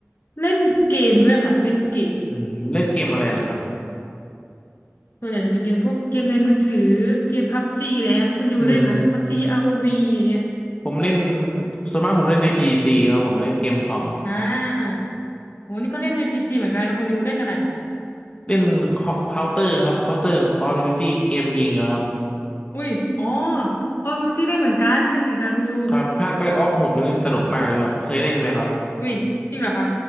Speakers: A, on the left; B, on the left.
A: เล่นเกมด้วยค่ะเล่นเกม
B: อืมเล่นเกมอะไรเหรอครับ
A: ส่วนใหญ่จะเป็นเกมพวกเกมในมือถือเกมพับจีอะไรเงี้ยคุณยูเล่นไหมคะพับจี
B: อืม
A: ROV อวีอย่างเงี้ย
B: ผมเล่นส่วนมากผมเล่นในพีซีครับผมเล่นเกมคอม
A: อ่าโอ้นี่ก็เล่นในพีซีเหมือนกันแล้วคุณยูเล่นอะไรคะ
B: เล่นเคาน์เตอร์ครับเคาน์เตอร์กับคอลอฟดิวตี้เกมยิงอะครับ
A: อุ้ยอ๋อ Call of Duty เล่นเหมือนกันเล่นเหมือนกันคุณยู
B: ครับภาคแบ็กออฟหกนี่สนุกมากเลยครับเคยเล่นไหมครับ
A: อุ้ยจริงเหรอคะ